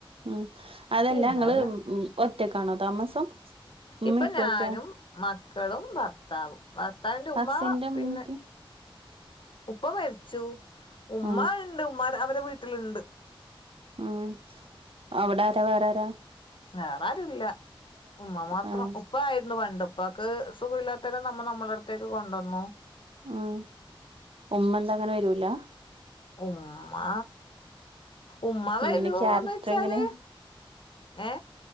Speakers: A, on the right; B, on the left.
A: ഉം അതെല്ലാ
B: പിന്നല്ല
A: ങ്ങള് ഉം ഒറ്റക്കാണോ താമസം ഉമ്മീം
B: ഇപ്പൊ
A: ഉപ്പയൊക്കെ
B: ഞാനും മക്കളും ഭർത്താവും ഭർത്താവിന്റെ ഉമ്മ,
A: ഹസ്സിന്റെ
B: പിന്നെ..
A: ഉമ്മീം ഉപ്പീം
B: ഉപ്പ മരിച്ചു ഉമ്മാ
A: ആഹ്
B: ഉണ്ട് ഉ്മാ അവരെ വീട്ടിലുണ്ട്
A: ഉം, അവിടാര വേറെരാ?
B: വേറെരുംല്ല ഉമ്മ മാത്രം
A: ആഹ്
B: ഉ ഇപ്പ ആരുന്നു പണ്ട്, ഇപ്പാക്ക് സുഖ ഇല്ലാത്തരം നമ്മൾ നമ്മള അടുത്തേക്ക് കൊണ്ടുവന്നു.
A: ഉം, ഉമ്മന്ത അങ്ങനെ വരൂല?
B: ഉമ്മാ... ഉമ്മ വരൂന്ന്
A: എങ്ങനെ ക്യാരക്ടർ
B: വെച്ചാല്
A: എങ്ങനെ
B: ഏ